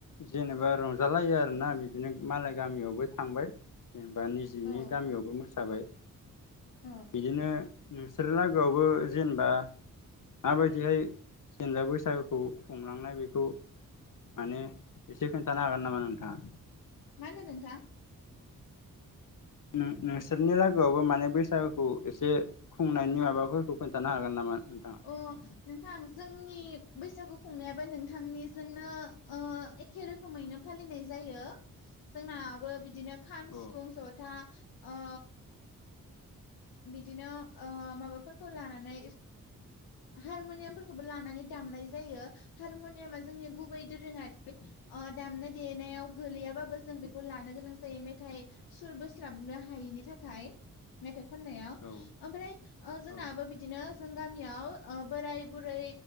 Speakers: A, on the left; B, on the left.
A: जेनेबा रंजालायो आरोना बिदिनो मालाय गामियावबो थांबाय। जेनेबा निजिनि
B: औ
A: गामियावबो मोसाबाय।
B: औ
A: बिदिनो नोंसोर लागोआवबो जेनेबा माबायदिहाय जेनबा बैसागुखौ खुंलांनाय बेखौ माने एसे खोनथानो हागोन नामा नोंथाङा
B: मा होनदों नोंथा?
A: नों-नोंसोरनि लोगोआवबो माने बैसागुखौ एसे खुंनायनि माबाफोरखौ खोन्थानो हागोन नामा? नोंथाङा
B: अ नोंथां जोंनि बैसागु खुंनायाबो नोंथांनिजोंनो ओ एखे रोखोमैनो फालिनाय जायो। जोंनाबो बिदिनो खाम
A: औ
B: सिफुं जथा ओ बिदिनो ओ माबाफोरखौ लानानै हारमुनियामफोरखौबो लानानै दामनाय जायो हारमुनियामा जोंनि गुबै दोरोङारि ओ दामनाय देनायाव गोलैयाबाबो जों बेखौ लानो गोनां जायो मेथाइ सुर बोस्लाबनो हायि नि थाखाय मेथाय खननायाव
A: औ
B: ओमफ्राय ओ जोंनाबो
A: औ
B: बिदिनो जों गामियाव बोराय बुरै